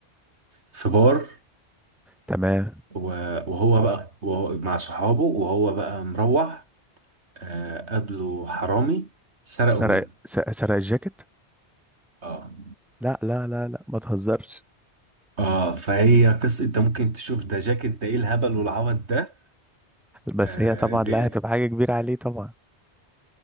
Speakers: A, on the right; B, in the centre.
A: في بار
B: تمام
A: و- وهو بقى وهو مع صحابه وهو بقى مروح آه، قابله حرامي سرقوا
B: سرق
A: منه
B: س- سرق الجاكيت
A: اه
B: لا لا لا لا ما تهزرش
A: اه فهي قصة انت ممكن تشوف ده جاكيت ده ايه الهبل والعبط ده
B: بس
A: آه،
B: هي طبعا
A: دي
B: لا هتبقى حاجه كبيره عليه طبعا